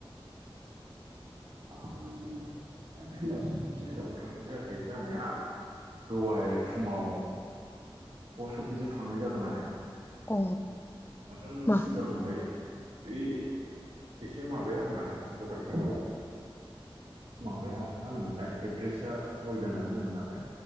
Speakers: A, on the left; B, on the right.
A: <inaudible>
B: आं दा बेलासिथिं जेरावबो थांनाय जायाखै जानाया। दहाय फुङाव पस्ट अफिसाव थांनाय जादों आरो।
A: अ
B: आगोल
A: मा
B: सिगाङावहाय इ एसे माबाया आंना भटारखादाव माबाया मा होनोमोनलाय एद्रेसा भुल जानानै दंमोन नालाय